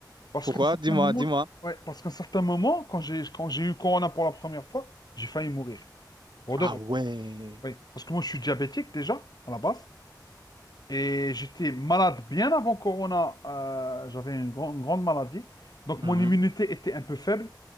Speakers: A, on the left; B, on the right.
A: Parce
B: Pourquoi?
A: qu'à un certain
B: Dis-moi,
A: moment,
B: dis-moi.
A: ouais, parce qu'à un certain moment, quand j'ai quand j'ai eu Corona pour la première fois, j'ai failli mourir. Pour
B: Ah
A: de vrai.
B: ouais.
A: Oui. Parce que moi, je suis diabétique déjà, à la base. Et j'étais malade bien avant Corona. euh, j'avais une, gran- une grande maladie. Donc,
B: Mhm.
A: mon immunité était un peu faible.